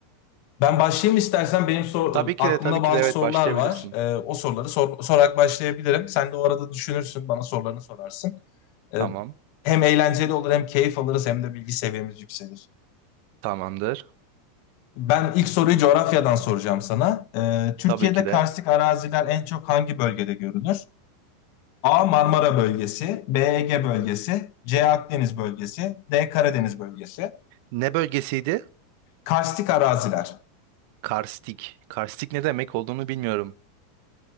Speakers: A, on the left; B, on the right.
A: Ben başlayayım istersen. Benim sor-
B: Tabii ki
A: aklımda
B: de tabii ki
A: bazı
B: de evet
A: sorular
B: başlayabilirsin.
A: var. Ee, o soruları sor- sorarak başlayabilirim. Sen de o arada düşünürsün, bana sorularını sorarsın. Ee,
B: Tamam.
A: hem eğlenceli olur, hem keyif alırız, hem de bilgi seviyemiz yükselir.
B: Tamamdır.
A: Ben ilk soruyu coğrafyadan soracağım sana. Ee, Türkiye'de
B: Tabii ki
A: karstik
B: de.
A: araziler en çok hangi bölgede görülür? A. Marmara bölgesi, B. Ege bölgesi, C. Akdeniz bölgesi, D. Karadeniz bölgesi.
B: Ne bölgesiydi?
A: Karstik araziler.
B: Karstik. Karstik ne demek olduğunu bilmiyorum.